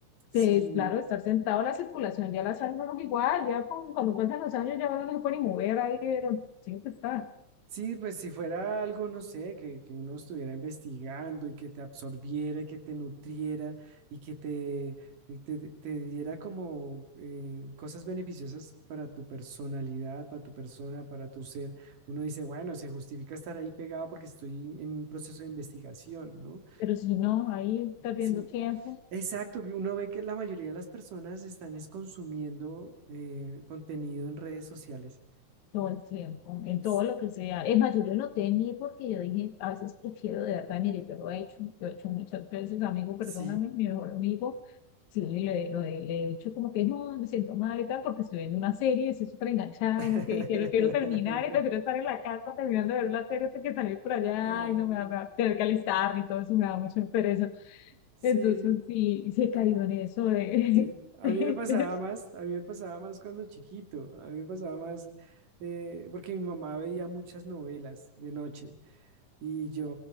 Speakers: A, on the right (about 85°); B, on the left (about 70°).
A: Sí,
B: es claro, estar sentado, la circulación ya la sangre no es igual, ya con, cuando pasan los años ya uno no se puede ni mover ahí, pero siempre está.
A: Sí, pues si fuera algo, no sé, que, que uno estuviera investigando y que te absorbiera, y que te nutriera y que te, y te, te diera como eh, cosas beneficiosas para tu personalidad, para tu persona, para tu ser, uno dice, bueno, se justifica estar ahí pegado porque estoy en un proceso de investigación, ¿no?
B: Pero si no, ahí perdiendo
A: Sí,
B: tiempo,
A: exacto, que uno ve que la mayoría de las personas están es consumiendo eh, contenido en redes sociales.
B: todo el tiempo, en
A: S-
B: todo lo que sea. Es más, yo lo noté en mí porque yo dije, a veces prefiero de verdad, mire, yo lo he hecho, lo he hecho muchas veces, amigo, perdóname,
A: Sí.
B: mi mejor amigo, sí, le, lo he le he dicho como que no, me siento mal y tal, porque estoy viendo una serie, estoy súper enganchada
A: <laughs>
B: y no quiero, quiero, quiero terminar y prefiero estar en la casa terminando de ver la serie hasta que salir por allá
A: Ah,
B: y no me va, me va a tener que alistarme y todo eso me da mucho pereza.
A: Sí,
B: Entonces, sí, se cayó
A: ah,
B: en eso de...
A: sí. A
B: <laughs> de-
A: mí me pasaba más, a mí me pasaba más cuando chiquito, a mí me pasaba más eh, porque mi mamá veía muchas novelas de noche. Y yo,